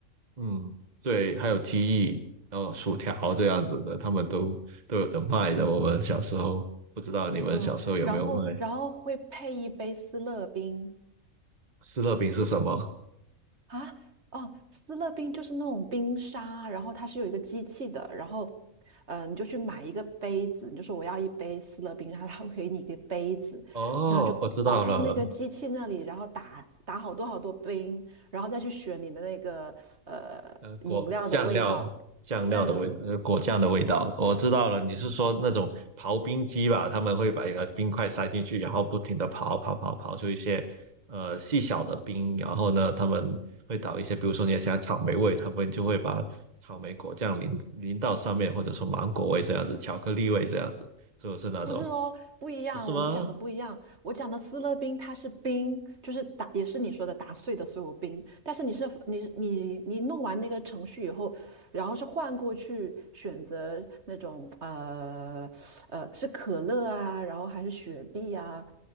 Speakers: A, on the right; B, on the right.
A: 嗯，对，还有鸡翼，然后薯条这样子的，他们都都有的卖的。我们小时候不知道你们小时候有没有卖？
B: 嗯，然后然后会配一杯思乐冰，
A: 斯乐饼是什么？
B: 啊，哦，斯乐冰就是那种冰沙，然后它是有一个机器的，然后，呃，你就去买一个杯子，你就说我要一杯斯乐冰，然后它会给你一个杯子，
A: 哦，
B: 然后就跑到那个机器那里，
A: 我知道了，
B: 然后打打好多好多冰，然后再去选你的那个呃饮料的味道，
A: 呃，果酱料酱料的味道，
B: 嗯，
A: 呃，果酱的味道，我知道了。你是说那种刨冰机吧？他们会把一个冰块塞进去，然后不停的刨刨刨刨出一些呃细小的冰，然后呢，他们会倒一些，比如说你想要草莓味，他们就会把草莓果酱淋淋到上面，或者说芒果味这样子，巧克力味这样子，是不是那种？
B: 不是哦，不一样，
A: 不是吗？
B: 我们讲的不一样。我讲的斯乐冰，它是冰，就是打，也是你说的打碎的所有冰。但是你是你你你弄完那个程序以后，然后是换过去选择那种呃呃是可乐啊，然后还是雪碧啊，